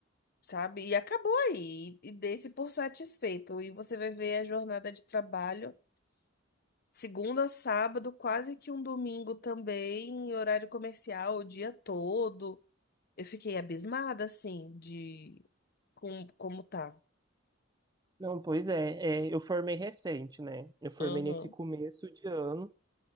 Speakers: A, on the left; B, on the right.
A: sabe? E acabou aí. E dê-se por satisfeito. E você vai ver a jornada de trabalho, segunda a sábado, quase que um domingo também, em horário comercial, o dia todo. Eu fiquei abismada, assim, de com, como tá.
B: Não, pois é, é, eu formei recente, né? Eu formei
A: Aham,
B: nesse começo de ano,